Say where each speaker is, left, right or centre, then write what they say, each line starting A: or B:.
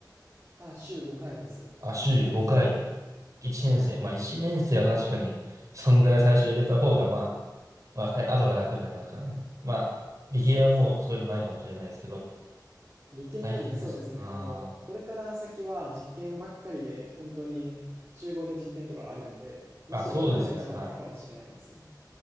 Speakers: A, on the right; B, on the right.
A: あ、週5回です。
B: あ、週5回。
A: 月から金まで。
B: 1年生。
A: はい。
B: まあ1年生は確かに、そんぐらい最初入れた方が、まあ、まあ、さい後が楽になりますからね。まあ、理系はもうそういうのないかもしれないですけど、
A: そうですね。理系なんで、
B: 大変す。
A: そうですね。
B: あ
A: あの、これから先は実験ばっかりで、本当に集合で実験とかあるんで、むしろ今が一番楽かもしれないですね。
B: ーあ、そうですね。はい。